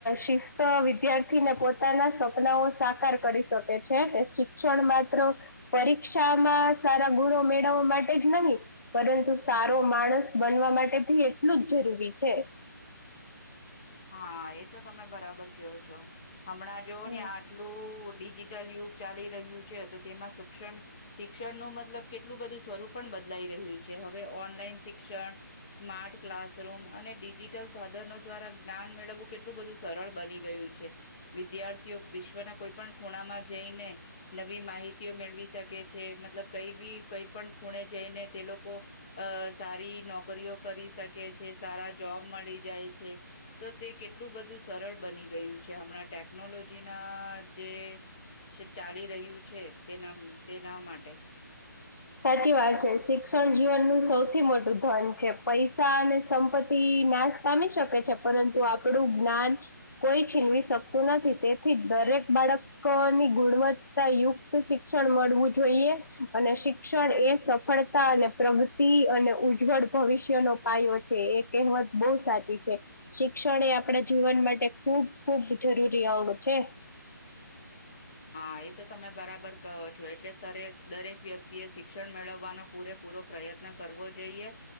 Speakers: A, on the left (about 60°); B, on the left (about 15°).
A: શિસ્ત વિદ્યાર્થીને પોતે પોના સપનાઓ સાકાર કરી શકે છે કે શિક્ષણ માત્ર પરીક્ષા સારા ગુણો મેળવવા માટે જ નહીિ પરંતુ સારો માણસ બનવા માટે એટલું જ જરૂરી છે
B: હા એ તો તમે બરાબર કેવો છો હમણાં જો
A: હમ
B: ને આટલું યુગ ચાલી રહ્યું છે તો તેમાં શિક્ષણ શિક્ષણ ન મતલબ કેટલું બધું સ્વરૂપ પણ બદલાઈ રહ રહ છે હવે ઓનલાઈન શિક્ષણ સ્માર્ટ ક્લાસરૂમ અને ડિજિટલ સાધનો દ્વારા જ્ઞાન મેળવવું કેટલું બધું સરળ બની ગયું છે વિદ્યાર્થીઓ વિશ્વના કોઈ પણ ખૂણામાં જે નવી માહિતી મેળવી શકે છે મતલબ કઈ બી કઈ પણ ખૂણે જઈને તે લોકો લોકો અ સારી નોકરીઓ કરી શકે છે સારા જોબ મળી જાય છે તો તે કેટલું બધું સરળ બની ગયું છે હમણાં ટેકનોલોજીના જે ચાલી રહ્યું છે તેના તેના માટે
A: સાચી વાત છે શિક્ષણ જીવનનું સૌથી મોટું ધન છે પૈસા અને સંપત્તિ નાશ પામી શકે છે પરંતુ આપણું જ્ઞાન કોઈ છીંગવી શકતું નથી તેથી દરેક બાળકોની ગુણવત્તા યુક્ત શિક્ષણ મળવું જોઈએ અને શિક્ષણ એ સફળતા અને પ્રગતિ અને ઉજ્જવળ ભવિષ્યનો પાયો છે એ કહેવા બહ સાચી છે શિક્ષણ એ આપણા જીવન માટે ખૂબ ખૂબ જરૂરી આવડું છે <inaudible>
B: ા એ તો તમે બરાબર કહો છો એટલે તરે દરેક વ્યક્તિ એ શિક્ષણ મેળવવાનો પૂરેપૂરો પ્રયત્ન પ્રયત્ન કરવો જોઈએ